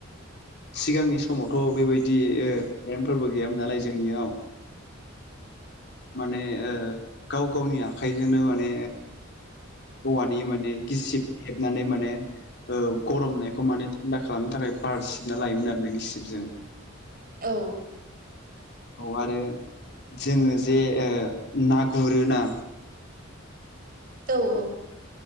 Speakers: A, on the left; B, on the right.
A: सिगांनि समाव थ' बेबायदि ओ पेरेन्टफोरबो गैयामोन नालाय जोंनियाव माने ओ गाव गावनि आखाइजोंनो माने औवानि माने गिसिब हेबनानै माने ओ गर'मनायखौ माने थान्दा खालामनो थाखाय बार सिबना लायोमोन आरो ना गिसिबजों
B: औ
A: <inaudible> औ आरो जोङो जे ओ ना गुरोना
B: औ औ